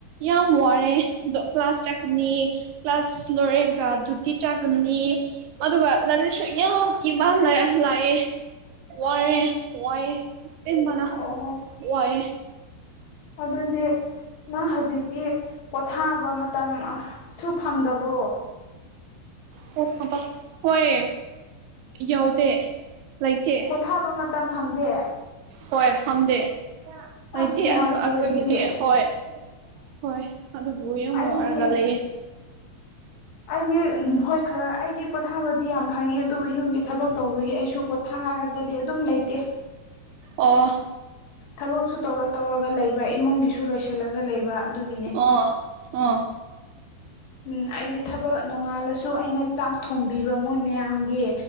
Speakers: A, on the right; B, on the left.
A: ꯌꯥꯝ ꯋꯥꯔꯦꯗꯣ ꯀ꯭ꯂꯥꯁ ꯆꯥꯠꯀꯅꯤ ꯀ꯭ꯂꯥꯁ ꯂꯣꯏꯔꯦꯒ ꯗꯤꯎꯇꯤ ꯆꯥꯠꯀꯅꯤ ꯑꯗꯨꯒ ꯂꯥꯏꯔꯤꯛꯁꯨ ꯌꯝ ꯏꯕ <unintelligible> ꯂꯥꯛꯑꯦ ꯋꯥꯔꯦ ꯋꯥꯏ ꯑꯁꯦꯡꯕꯅ
B: ꯑꯣ
A: ꯋꯥꯏ
B: ꯑꯗꯨꯗꯤ ꯅꯪ ꯍꯧꯖꯤꯛꯇꯤ ꯄꯣꯊꯥꯕ ꯃꯇꯝ ꯑꯥ ꯁꯨ ꯐꯪꯗꯕ꯭ꯔꯣ
A: ꯑꯣꯕ ꯊꯕꯛ ꯍꯣꯏ ꯌꯥꯎꯗꯦ ꯂꯩꯇꯦ
B: ꯄꯣꯊꯥꯕ ꯃꯇꯝ ꯐꯪꯗꯦ
A: ꯍꯣꯏ ꯐꯝꯗꯦ ꯑꯩꯗꯤ
B: ꯑꯁ ꯅꯨꯡꯉꯥꯏꯇꯦ
A: ꯑꯈꯣꯏ ꯑꯩꯈꯣꯏꯒꯤꯗꯤ
B: ꯑꯗꯨꯗꯤ
A: ꯍꯣꯏ ꯍꯣꯏ ꯑꯗꯨꯕꯨ ꯌꯥꯝ
B: ꯑꯩꯗꯤ
A: ꯋꯥꯔꯒ ꯂꯩꯌꯦ
B: ꯑꯩꯗꯤ
A: ꯎꯝ
B: ꯍꯣꯏ ꯈꯔ ꯑꯩꯗꯤ ꯄꯣꯊꯥꯕꯗꯤ ꯌꯥꯝ ꯐꯪꯉꯦ ꯑꯗꯨꯕꯨ ꯌꯨꯝꯒꯤ ꯊꯕꯛ ꯇꯧꯕꯒꯤ ꯑꯩꯁꯨ ꯄꯣꯠ ꯊꯥꯔꯒꯗꯤ ꯑꯗꯨꯝ ꯂꯩꯇꯦ
A: ꯑꯣ
B: ꯊꯕꯛꯁꯨ ꯇꯧꯔ ꯇꯧꯔꯒ ꯂꯩꯕ ꯏꯃꯨꯡꯒꯤꯁꯨ ꯂꯣꯏꯁꯤꯜꯂꯒ ꯂꯩꯕ ꯑꯗꯨꯒꯤꯅꯦ
A: ꯑꯣ ꯑꯣ
B: ꯎꯝ ꯑꯩꯗꯤ ꯊꯕꯛ ꯅꯣꯡꯉꯥꯜꯂꯁꯨ ꯑꯩꯅ ꯆꯥꯛ ꯊꯣꯡꯕꯤꯕ ꯃꯣꯏ ꯃꯌꯥꯝꯒꯤ